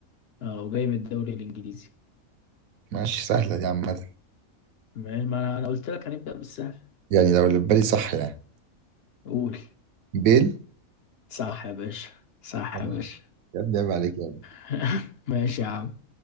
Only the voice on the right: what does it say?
ماشي سهلة دي عامة
يعني لو اللي في بالي صح يعني
بيل
تمام.
يا ابني عيب عليك يا ابني